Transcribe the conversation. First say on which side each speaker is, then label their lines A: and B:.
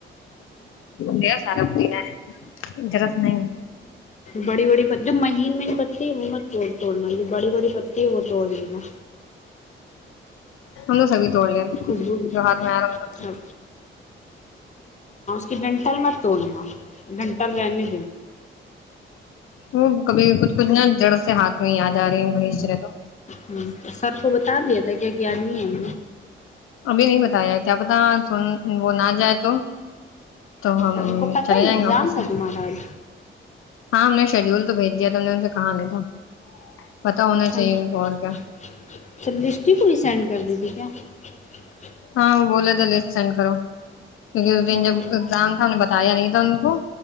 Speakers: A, on the left; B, on the left.
A: د سارا بتی ن رت نہیں
B: بڑی بڑی پ مہین میںہین پتی ہے وہ مت توڑ توڑنا جو بڑی بڑی پتی ہے وہ توڑ لینا
A: م سو دوڑ لین
B: خوشبو
A: جو ہات میں آرام تھا تھا
B: سب کہ ڈنٹل م توڑنا ڈنٹل رہنے
A: وہ کبھی کچھ کھنا جڑ سے ہاتھ میں ہی آ جا رہی ہ بھیچ رہے تو
B: ہ سر کو ب ہٹا دیا تھا کیا کہ آدمی ہے ہم
A: اب بھی نہیں بتایا کیا پتا س وہ نہ جائے تو تو ہم
B: ا ان کو پتہ
A: چلے
B: ایگزام
A: جائیں گے آفس
B: تھا
A: سے
B: تمہارا آج
A: ہاں ہم نے شیڈیول تو بھیج دیا تھا ہم نے ان سے کہا نہیں تھا پتا ہونا
B: اچ
A: چاہیے
B: اچھا
A: ان کو اور کیا
B: لسٹ ہی پوری سینڈ کر دی ٹھیک ہے ا ا ہ <unintelligible>
A: ہاں وہ بول تو لسٹ سینڈ کرو کیونک اس
B: ہوں
A: دن جب ایگزام تھا انہ نے بتایا نہیں تھا ان کو